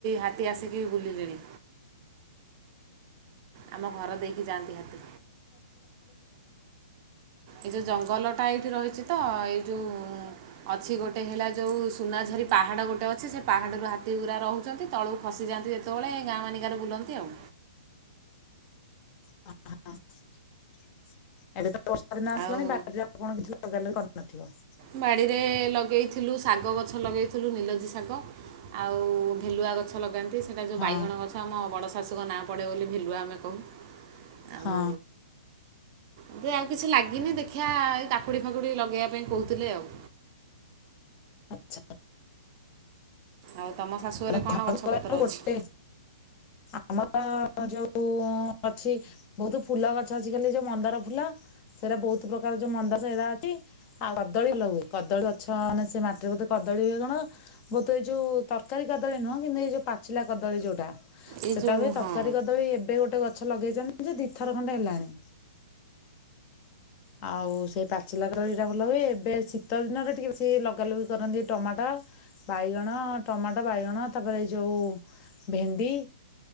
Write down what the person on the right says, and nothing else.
ହାତୀ ଆସିକି ବୁଲିଲେଣି। ଆମ ଘର ଦେଇକି ଯାଆନ୍ତି ହାତୀ। ଏଇ ଯୋଉ ଜଙ୍ଗଲ ଟା ଏଇଠି ରହିଛି ତ। ଏଇ ଯୋଉ ଉଁ, ଅଛି ଗୋଟେ ହେଲା ଯୋଉ ସୁନାଝରି ପାହାଡ ଗୋଟେ ଅଛି। ସେ ପାହାଡରୁ ହାତୀ ଗୁରା ରହୁଛନ୍ତି ତଳୁ ଖସିଯାଆନ୍ତି ଯେତେବେଳେ ଗାଁ ମାନିଙ୍କାରେ ବୁଲନ୍ତି ଆଉ।
ଆଉ
ବାଡ଼ିରେ ଲଗେଇଥିଲୁ ଶାଗ ଗଛ ଲଗେଇଥିଲୁ ନିଲଜି ଶାଗ। ଆଉ ଭେଲୁଆ ଗଛ ଲଗାନ୍ତି। ସେଟା ଯୋଉ
ବାଇଗଣ ଗଛ ଆମ ବଡ଼ ଶାଶୁଙ୍କ ନାଁ ପଡ଼େ ବୋଲି ଭେଲୁଆ ଆମେ କହୁ। ଆଉ
ଏବେ ଆଉ କିଛି ଲାଗିନି ଦେଖିଆ ଏଇ କାକୁଡି ଫାକୁଡି ଲଗେଇବା ପାଇଁ କହୁଥିଲେ ଆଉ।
ଆଉ ତୋମ ଶାଶୁଘରେ
କଣ
ଗଛ
ପତ୍ର
ଅଛି?
ଏଇ
ଯେଉଁ
ହଁ